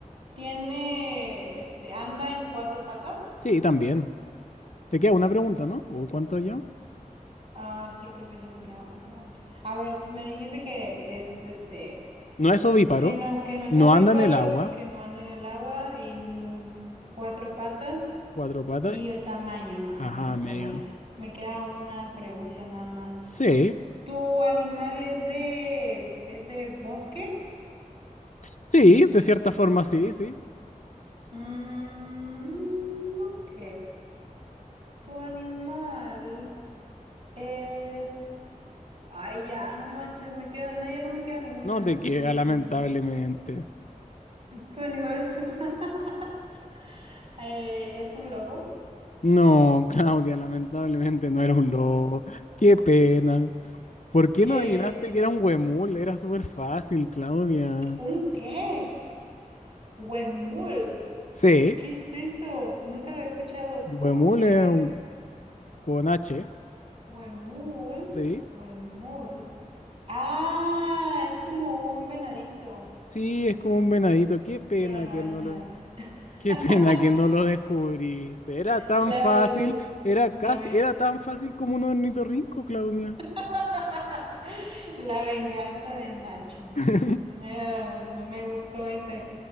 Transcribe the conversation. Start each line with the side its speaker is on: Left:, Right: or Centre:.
Right: ¿tiene, este, anda en cuatro patas?
Left: Sí, también. Te queda una pregunta, ¿no? ¿O cuánto ya?
Right: Ah, sí, creo que sí me queda una pregunta. A ver, t- me dijiste que es este,
Left: No es ovíparo,
Right: que no, que no es
Left: no
Right: ovíparo,
Left: anda en el agua,
Right: que no anda en el agua y n- cuatro patas
Left: cuatro patas,
Right: y el tamaño, ajá,
Left: ajá,
Right: el
Left: mediano.
Right: tamaño. Me queda una pregunta nada más.
Left: Sí,
Right: ¿Tu animal es de, es de bosque?
Left: Sí, de cierta forma sí, sí.
Right: Mm, ok. ¿Tu animal es... Ay, ya, no manches, me queda, no, ya no me queda ninguna.
Left: No te queda,
Right: Mm.
Left: lamentablemente.
Right: Tu animal es un, <laughs> eh, es un lobo.
Left: No, <laughs> Claudia, lamentablemente no era un lobo. Qué pena. ¿Por qué
Right: ¿Qué?
Left: no adivinaste que era un huemul? Era súper fácil, Claudia.
Right: ¿Un qué? Huemul.
Left: Sí,
Right: ¿Qué es eso? Nunca lo he escuchado. ¿Cómo
Left: huemul
Right: se escribe?
Left: es un- con H,
Right: Huemul.
Left: sí.
Right: Huemul. Ah, es como un venadito.
Left: Sí, es como un venadito. Qué pena
Right: Pero no,
Left: que
Right: es
Left: no
Right: venado.
Left: lo,
Right: <laughs>
Left: qué pena que no lo descubriste. Era tan
Right: La,
Left: fácil, era
Right: la,
Left: casi,
Right: ve-
Left: era tan fácil como un ornitorrinco, Claudia.
Right: <laughs> la venganza de Nacho.
Left: <laughs>
Right: Me, me gustó ese.